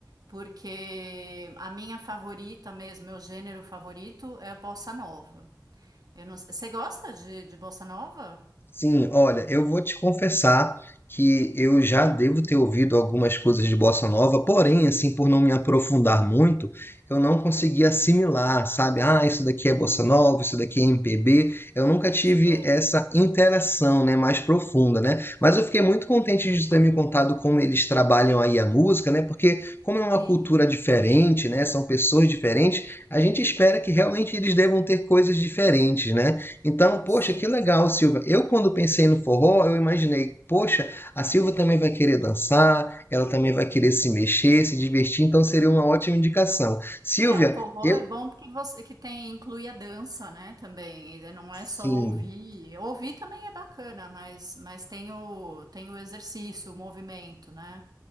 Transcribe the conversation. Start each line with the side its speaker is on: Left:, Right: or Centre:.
Right: porque a minha favorita mesmo, meu gênero favorito é a bossa nova. Eu não, você gosta de, de bossa nova?
Left: Sim, olha, eu vou te confessar que eu já
Right: Hum,
Left: devo ter ouvido algumas coisas de bossa nova, porém, assim, por não me aprofundar muito, eu não consegui assimilar, sabe? Ah, isso daqui é bossa nova, isso daqui é MPB. Eu nunca tive
Right: certo.
Left: essa interação, né, mais profunda, né? Mas eu fiquei muito contente de ter me contado como eles trabalham aí a música, né? Porque como é uma
Right: Sim,
Left: cultura diferente, né, são pessoas diferentes, a gente espera que realmente eles devam ter coisas diferentes, né? Então, poxa,
Right: sim.
Left: que legal, Silvia. Eu, quando pensei no forró, eu imaginei, poxa, a Silvia também vai querer dançar, ela também vai querer se mexer, se divertir, então seria uma ótima indicação. Silvia,
Right: É, o forró
Left: eu.
Right: é bom porque você que tem inclui a dança, né, também. E é, não
Left: Sim.
Right: é só ouvir. Ouvir também é bacana, mas, mas tem o, tem o exercício, o movimento, né?